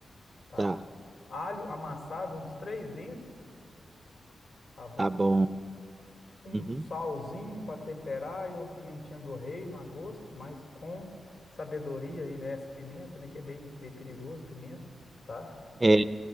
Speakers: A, on the left; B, on the right.
A: tá?
B: Tá,
A: alho amassado, uns três dentes, tá bom?
B: tá bom.
A: Um
B: Uhum.
A: salzinho para temperar e uma pimentinha do reino a gosto, mas com sabedoria aí nessa pimenta, né? Que é meio, meio perigoso, pimenta, tá?
B: É,